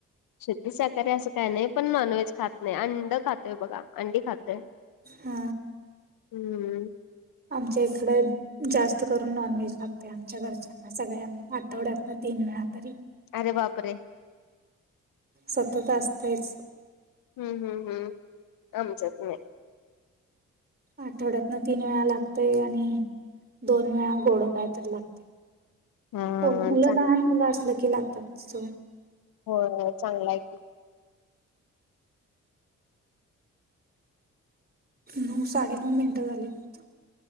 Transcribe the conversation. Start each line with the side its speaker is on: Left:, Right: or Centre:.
Left: शुद्ी साकारी असं काही नाही पण नॉन व्हेज खात नाही अंड खात.. बघा अंडी खातोय
Right: हा
Left: हम्म.
Right: आमच्या इकडे जास्त करून नॉनव्हेज लागते आमच्या घरच्या सगळ्यांना आठवड्यात ना तीन वेळा तरी
Left: अरे बापरे
Right: सतत असतेच.
Left: हम्म हम्म हम्म आम चग नाही.
Right: आठवड्यातन तीन वेळा लागतोय आणि दोन वेळा गोडं काय तर लागते.
Left: हा
Right: हो मला
Left: चांगलं
Right: लहान मुलं असलं की लागतात.
Left: हो चांगला आहे.
Right: नऊ साडेनऊ मिनिटं झालेत.